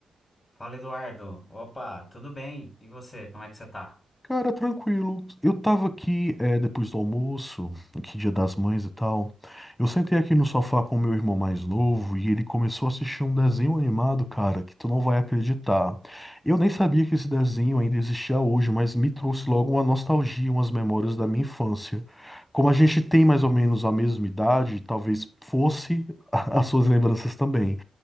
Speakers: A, on the left (about 45°); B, on the left (about 15°).
A: Fala, Eduardo. Opa, tudo bem? E você, como é que você tá?
B: Cara, tranquilo. Eu tava aqui, é, depois do almoço, aqui Dia das Mães e tal. Eu sentei aqui no sofá com o meu irmão mais novo e ele começou a assistir um desenho animado, cara, que tu não vai acreditar. Eu nem sabia que esse desenho ainda existia hoje, mas me trouxe logo uma nostalgia, umas memórias da minha infância. Como a gente tem mais ou menos a mesma idade, talvez fosse <laughs> as suas lembranças também.